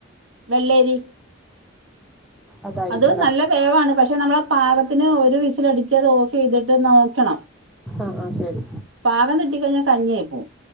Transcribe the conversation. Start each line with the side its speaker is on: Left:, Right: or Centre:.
Right: വെള്ളരി
Centre: അതായിരിക്കും
Right: അത്
Centre: അല്ലെ
Right: നല്ല വേവാണ്. പക്ഷെ നമ്മളെ പാകത്തിന് ഒരു വിസിലടിച്ച്ത് ഓഫ് ചെയ്തിട്ട് നോക്കണം.
Centre: ആഹ ആഹ ശരി
Right: പാകം തെറ്റികഴിഞ്ഞാ കഞ്ഞിയായി പോകും.